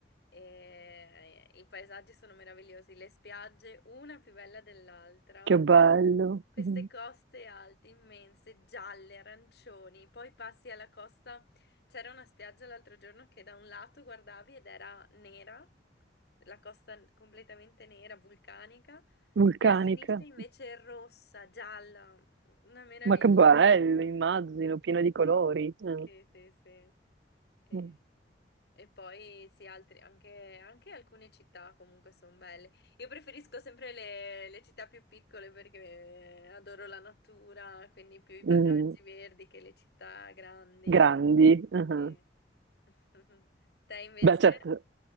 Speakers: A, on the left (about 60°); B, on the right (about 75°).
A: E i paesaggi sono meravigliosi, le spiagge, una più bella dell'altra.
B: che bello.
A: Queste
B: Mm-hmm.
A: coste alte, immense, gialle, arancioni, poi passi alla costa C'era una spiaggia l'altro giorno che da un lato guardavi ed era nera, la costa completamente nera, vulcanica,
B: Vulcanica,
A: e a sinistra invece è rossa, gialla, una meraviglia.
B: ma che bello, immagino, piena di colori,
A: Sì,
B: Mm.
A: sì, sì. sì. E,
B: Mm.
A: e poi sì, altri, anche, anche alcune città comunque sono belle. Io preferisco sempre le, le città più piccole perché adoro la natura, quindi più i
B: mm,
A: paesaggi verdi che le città grandi.
B: grandi. ah.
A: Eh. <laughs> Te invece?
B: Beh, certo,